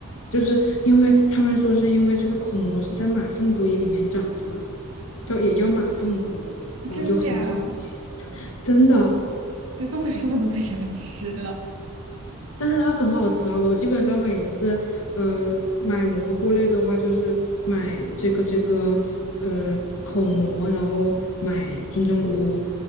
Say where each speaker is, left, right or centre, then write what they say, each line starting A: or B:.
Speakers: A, on the left (about 65°); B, on the right (about 65°).
A: 就是因为他们说是因为这个口蘑是在马粪堆里面长出来的，就也叫马粪菇，
B: <laughs>
A: 然后就很好吃，
B: 真假？
A: 真的。
B: 你这么说我都不想吃了。
A: 但是它很好吃啊！我基本上每一次，呃，买蘑菇类的话，就是买这个这个，呃，口蘑，然后买金针菇，